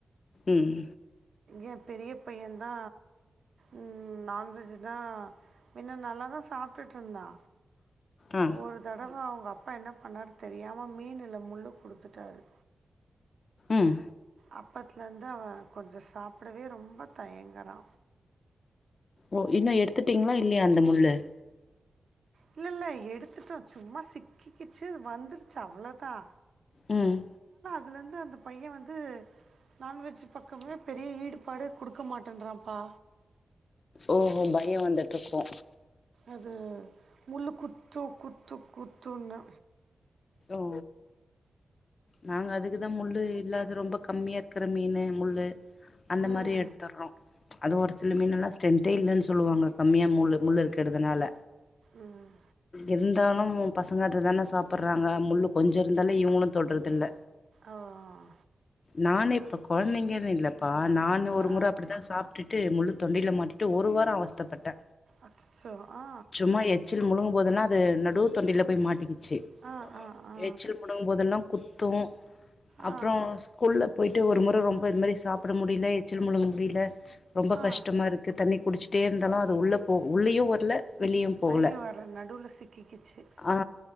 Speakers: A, on the left; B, on the right.
A: ம் ம்
B: ஏ பெரிய பையே தா ம் நான்வெஜ்னா மின்ன நல்லா தா சாப்பிட்டுட்டு இருந்தா
A: ஆ
B: ஒரு தடவ அவுங்க அப்பா என்ன பண்ணாரு தெரியாம மீன்ல முள்ளு கொடுத்துட்டாரு
A: ம்
B: அப்பத்துலருந்து அவ கொஞ்சோ சாப்பிடவே ரொம்ப தயங்கறா
A: ஓ இன்னு எடுத்துட்டீங்களா இல்லையா அந்த முள்ளு
B: இல்ல இல்ல எடுத்துட்டோ சும்மா சிக்கிக்கிச்சு வந்துடுச்சு அவ்ளோதா
A: ம்
B: அதுலருந்து அந்த பையே வந்து நான்வெஜ் பக்கமே பெரிய ஈடுபாடு குடுக்க மாட்டேன்றப்பா
A: ஓஹோ பயோ வந்துட்டுருக்கு
B: அது முள்ளு குத்து குத்து குத்துன்னு
A: ஓ நாங்க அதுக்குதா முள்ளு இல்லாத ரொம்ப கம்மியா இருக்கற மீன் முள்ளு அந்த
B: ம்,
A: மாரி எடுத்தர்றோ அது ஒரு சில மீனல்லா ஸ்ட்ரென்த்தே இல்லேன்னு சொல்லுவாங்க கம்மியா முள் முள்ளு இருக்கறதுனால
B: ம்.
A: இருந்தாலு பசங்க அததான சாப்பர் ங்க முள்ளு கொஞ்சோ இருந்தாலே இவுங்களு சொல்றதில்ல
B: ஓ ஓ ஓ
A: நானே இப்போ கொழந்தைங்கேன்னு இல்லைப்பா நானு ஒரு
B: ஆ
A: மொற அப்பிடிதா சாப்ட்டுட்டு முள்ளு தொண்டையில மாட்டிட் ட்டு ஒரு வாரோ அவஸ்த்தப்பட்ட
B: அச்சோ ஆ
A: சும்மா எச்சில் முழுங்கும் போதுல்லா அது நடு தொண்டையில போய் மாட்டிக்கிச்சு
B: ஆ ஆ ஆ
A: எச்சில் முடங்கும் போதெல்லா குத்து அப்புறோ
B: ஆ
A: ஸ்கூல்ல போயிட்டு ஒரு மொற ரொம்ப அப்ப இது மாரி சாப்பிட முடியல எச்சில் முழுங்க முடியல ரொம்ப
B: ஆ
A: கஷ்டமாருக்கு தண்ணி குடிச்சுட்டே இர் ந்தாலு அது உள்ள போ உள்ளேயு ஒரு ல வெளியு போல
B: வெளியே வர நடுவில் சிக்கிக்கிச்சு
A: ஆ